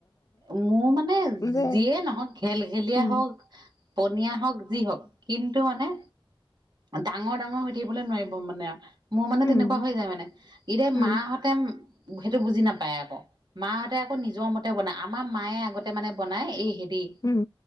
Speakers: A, on the right (about 50°); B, on the left (about 40°).
A: মোৰ মানে
B: যে
A: যিয়ে নহওক ঘেল ঘেলিয়া
B: উম
A: হওক পনীয়া হওক যি হওক কিন্তু মানে ডাঙৰ ডাঙৰ হৈ থাকিবলে নোৱাৰিব মানে মোৰ মানে
B: উম
A: তেনেকুৱা হৈ যায় মানে ইতি
B: উম
A: মাহঁতে সেইটো বুজি নাপায় আকৌ মাহঁতে আকৌ নিজৰ মতে বনায় আমাৰ মায়ে আগতে মানে বনাই এই
B: উম